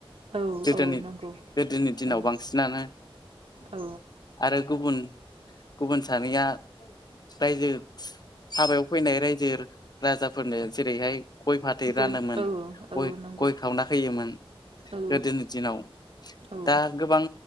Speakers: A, on the right; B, on the left.
A: औ
B: गोदोनि
A: औ नंगौ
B: गोदोनि दिनाव
A: औ
B: बांसिनानो।
A: औ
B: आरो गुबुन गुबुन सानैया रायजो। हाबायाव फैनाय रायजो राजाफोरनो जेरैहाय। गय फाथै
A: गय
B: रानोमोन
A: औ औ
B: गय
A: नंगौ
B: गय खावना होैयोमोन।
A: औ
B: गोदोनि दिनाव
A: औ
B: दा गोबां